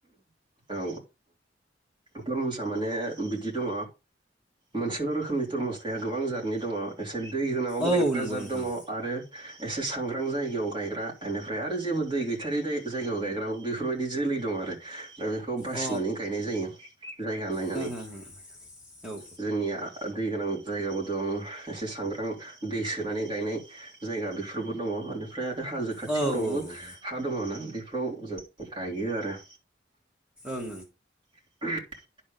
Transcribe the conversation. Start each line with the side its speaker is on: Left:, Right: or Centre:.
Right: औ थरमुसा माने बिदि दङ मोनसेल' रोखोमनि थरमुस थाया गोबां जातनि दङ एसे दै होनायावबो
Centre: औ
Right: गायग्रा
Centre: नंगौ
Right: जाद
Centre: नोंथां
Right: दङ आरो एसे सांग्रां जायगायाव गायग्रा बेनिफ्राय आरो जेबो दै गैथारै जायगायाव गायग्राबो बेफोरबायदि जोलै दं आरो दा बेखौ बासिनानै
Centre: अ
Right: गायनाय जायो। जायगा नायनानै
Centre: हो हो हो औ
Right: जोंनिया। दै गोनां जायगाबो दं एसे सांग्रां दै सोनानै गायनाय जायगा बेफोरबो दङ बेनिफ्राय आरो बे हाजो खाथिफोरावबो
Centre: ओं ओं
Right: हा दङ ना। बेैफ्राव जों गायो आरो
Centre: ओं
Right: <unintelligible>